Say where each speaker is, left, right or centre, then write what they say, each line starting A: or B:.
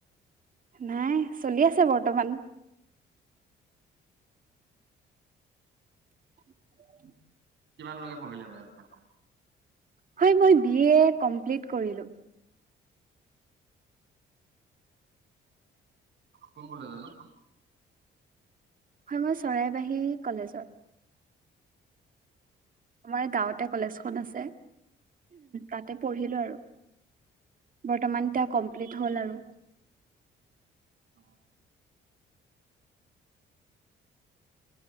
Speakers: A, on the right (about 45°); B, on the right (about 65°).
A: নাই চলি আছে বৰ্তমান উ
B: কিমানলৈকে পঢ়িলে বাৰু এতিয়া?
A: হয় মই বি এ কমপ্লিট কৰিলো।
B: কোন বোলে জনো?
A: হয় মই চৰাইবাহী কলেজৰ। আমাৰ গাঁৱতে কলেজখন আছে। তাতে পঢ়িলো আৰু। বৰ্তমান এতিয়া কমপ্লিট হ'ল আৰু।
B: অ।